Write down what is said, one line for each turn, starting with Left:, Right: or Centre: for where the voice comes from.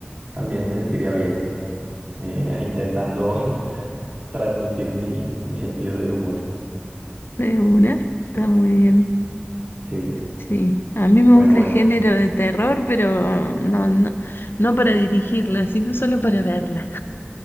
Right: también me sentiría bien eh, intentando <laughs> transmitir mi, mi sentido del humor.
Left: <laughs> De una, está muy bien.
Right: Sí,
Left: Sí, a mí me
Right: bueno,
Left: gusta
Right: voy.
Left: el género de terror, pero no, no, no para dirigirla, sino solo para verla.